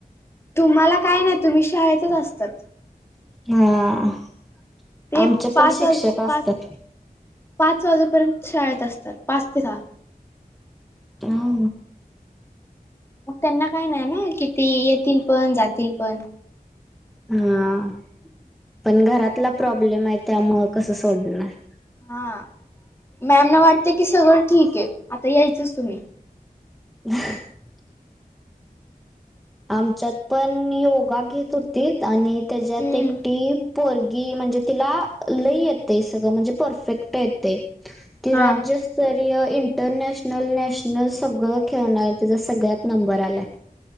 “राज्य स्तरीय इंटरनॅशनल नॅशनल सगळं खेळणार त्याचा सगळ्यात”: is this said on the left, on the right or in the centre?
Centre